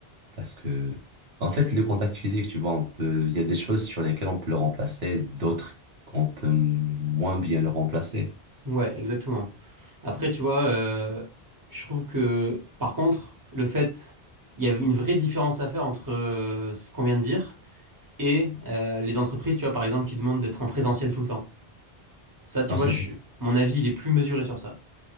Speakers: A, on the right; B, on the right.
A: Parce que, en fait, le contact physique, tu vois, on peut, il y a des choses sur lesquelles on peut le remplacer, d'autres qu'on peut moins bien le remplacer.
B: Ouais, exactement. Après,
A: Mm.
B: tu vois, euh, je trouve que, par contre, le fait, il y a une vraie différence à faire entre euh, ce qu'on vient de dire et euh, les entreprises, tu vois, par exemple, qui demandent d'être en présentiel tout le temps. Ça, tu
A: Non,
B: vois,
A: c'est-
B: je suis- mon avis, il est plus mesuré sur ça.